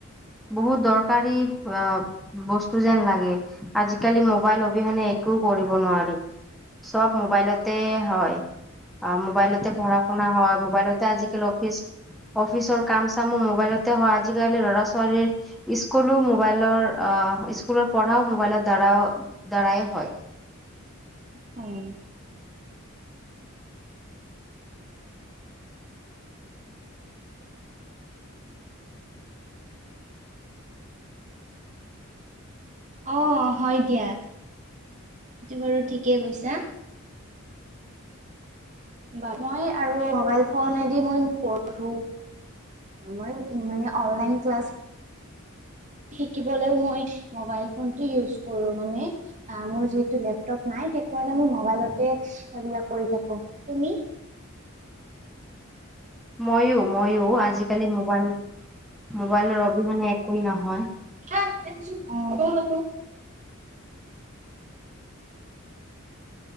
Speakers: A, in the centre; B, on the right.
A: বহুত দৰকাৰী অ বস্তু যেন লাগে আজিকালি মোবাইল অবিহনে। একো কৰিব নোৱাৰি চব মোবাইলতে হয়। অ মোবাইলতে পঢ়া শুনা হয় মোবাইলতে আজিকালি অফিচ। অফিচৰ কাম চামো মোবাইলতে হয়, আজিকালি লৰা ছোৱালীৰ স্কুলো মোবাইলৰ অ। অ স্কুলৰ পঢ়াও মোবাইলৰ দ্বাৰাও দ্বাৰাই হয়।
B: <unintelligible> উম। অ হয় দিয়া, এইটো বাৰু ঠিকে কৈছা। বা মই আৰু মোবাইল ফনেদি মই পঢ়ো। মই মানে অনলাইন ক্লাছ। শিকিবলেও মই মোবাইল ফোনটো ইউজ কৰো মানে, অ মোৰ যিহেতু লেপটপ নাই। সেইকাৰণে মবাইলতে সেইবিলাক কৰি থাকো। তুমি?
A: মইও মইও। আজিকালি মোবাইল মোবাইলৰ অবিহনে একোৱে নহয়।
B: অ। বহত।